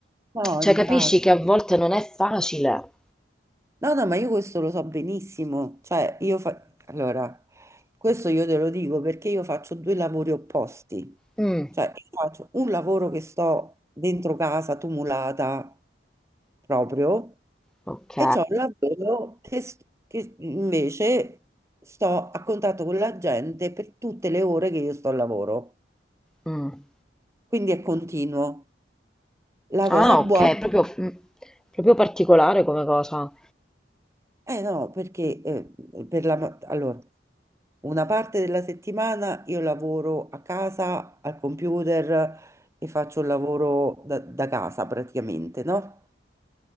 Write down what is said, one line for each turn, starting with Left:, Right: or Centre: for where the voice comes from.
Right: no,
Centre: Cioè,
Right: infatti.
Centre: capisci che a volte non è facile.
Right: No, no, ma io questo lo so benissimo. Cioè, io fa... Allora, questo io te lo dico perché io faccio due lavori opposti.
Centre: Mm,
Right: Cioè, io faccio un lavoro che sto dentro casa, tumulata, proprio,
Centre: ok.
Right: e c'ho un lavoro che, s- che invece sto a contatto con la gente per tutte le ore che io sto al lavoro.
Centre: Mm.
Right: Quindi è continuo. La
Centre: Ah,
Right: cosa buona
Centre: ok, Quindi proprio, mm, proprio particolare come cosa.
Right: Eh no, no, perché eh, per la, ma- allora, una parte della settimana io lavoro a casa al computer e faccio il lavoro da, da casa praticamente, no?